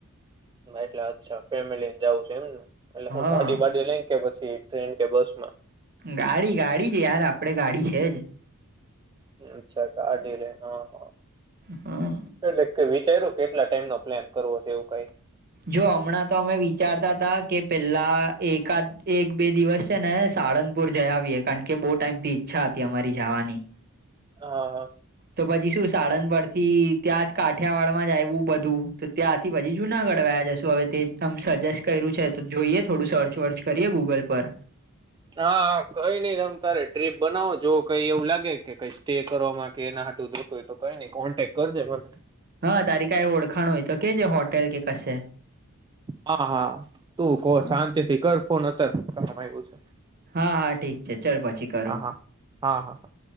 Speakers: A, on the right (about 20°); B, on the right (about 45°).
A: ભ એટલે અચ્છા ફેમિલી લઈને જાઉુ છે એમને એટલે હું
B: હ
A: ગાડી વાાડી લઈ કે પછી ટ્રેન કે બસ માં
B: ગાડી ગાડી જ યાર આપડે ગાડી છે જ
A: અચ્છા કાઢલે હા હ
B: હા
A: એટલે વિચાર્યું કેટલા ટાઈમ નો પ્લાન કરવો છે એવું કઈ?
B: જો હમણાં તો અમે વિચારતા તા કે પેલા એકાદ એક બે દિવસ ને સાળંગપુર જયા આવીએ કારણ કે બહુ ટાઈમ થી ઈચ્છા હતી અમારી જવાની.
A: હ
B: તો પછી શું સાળંગ. પરથી ત્યાં જ કાઠિયાવાડમાં જ આવું બધું તો ત્યાંથી પછી જુનાગઢ વાયા જશે તો હવે તે આમ સજેસ્ટ કર્યું છે તો જોઈએ થોડું સર્ચ વર્ચ કરીએ ગુગલ પર
A: હા હ કઈ નઈ રમ તારે ટ્રીપ બનાવો જો કઈ એવું લાગે કે કઈ સ્ટે કરવામાં કે એના હતું જો હોય તો કઈ નહી કોન્ટેક્ટ કરજે મને
B: હા તારી કાઈ ઓળખાણ હોય તો કે છે હોટેલ કે કશે
A: હા હા તું કો
B: હા
A: શાંતિથી કર ફોન અતાર આવ્યું છે
B: હા હા ઠીક છે ચાલ પછી કરું
A: હા હા હા હા હા